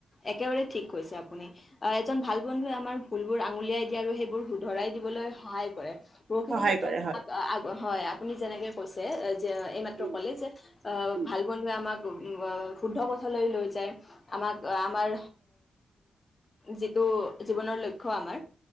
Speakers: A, on the left; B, on the right.
A: একেবাৰে ঠিক কৈছে আপুনি, এজন ভাল বন্ধুৱে আমাৰ ভুলবোৰ আঙুলিয়াই দিয়ে আৰু সেইবোৰ শুধৰাই দিবলৈ সহায় কৰে। বহুতখিনি
B: সহায়
A: ক্ষেত্ৰত
B: কৰে হয়।
A: <unintelligible> হয় আপুনি যেনেকে, কৈছে যে যে, এইমাত্ৰ
B: উম,
A: ক'লে যে, আ
B: উম,
A: ভাল বন্ধুৱে আমাক <unintelligible> শুদ্ধ পথলৈ লৈ যায় আমাক, আমাৰ যিটো জীৱনৰ লক্ষ্য আমাৰ